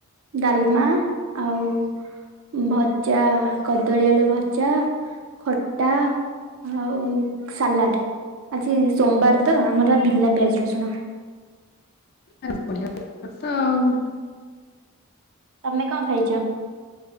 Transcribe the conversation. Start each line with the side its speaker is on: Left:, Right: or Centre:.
Right: ଡାଲମା ଆଉ ଭଜା କଦଳୀ ଆଳୁ ଭଜା ଖଟା ଆଉ ସାଲାଡ ଆଜି ସୋମବାର ତ ଆମର ବିନା ପିଆଜ ରସୁଣ
Left: ଏ ବଢିଆ ତ ଆଉ
Right: ତମେ କଣ ଖାଇଛ?